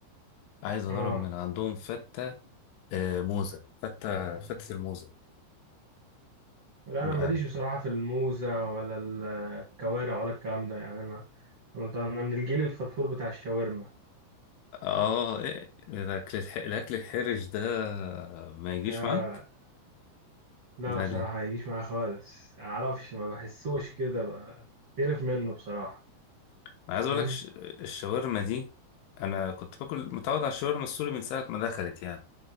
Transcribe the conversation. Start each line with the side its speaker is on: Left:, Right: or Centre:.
Left: عايز اجرب
Right: اه
Left: من عندهم فتة آه، موزة فتة فتة الموزة
Right: لا انا ماليش
Left: اه
Right: بصراحه في الموزه ولا الكوارع ولا الكلام ده يعني انا انا أنا من الجيل الفرفور بتاع الشاورما
Left: آه، إيه ده الاكل الح... الاكل الحرج ده ما يجيش
Right: آه
Left: معاك
Right: لا
Left: ده
Right: بصراحه
Left: ليه
Right: ما يجيش معايا خالص اعرفش ما بحسوش كده بقى تعرف منه بصراحه
Left: انا عايز اقول
Right: فاهم
Left: لك ش... الشاورما دي انا كنت باكل متعود على الشاورما السوري من ساعة ما دخلت يعني